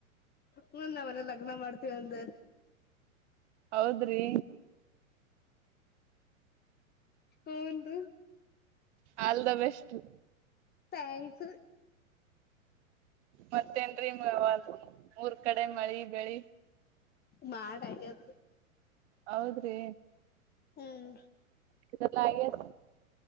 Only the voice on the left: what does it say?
ಹ್ಮ್ ನಾವೆಲ್ಲ ಲಗ್ನ ಮಾಡ್ತೀವ ಅಂದಾರೀ
ಹೂನ್ರೀ
ಥ್ಯಾಂಕ್ಸ್ ರೀ
ಮಾಡಾ ಆಗ್ಯದ್ರೀ
ಹೂನ್ರೀ